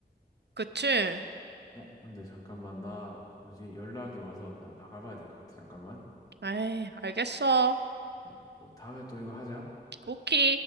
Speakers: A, on the right; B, on the left.
A: 그치?
B: 어, 근데 잠깐만, 나, 뭐지, 연락이 와서 나, 나가봐야 될 것 같아, 잠깐만.
A: 에이, 알겠어.
B: 이제 너 다음에 또 이거 하자.
A: 오키.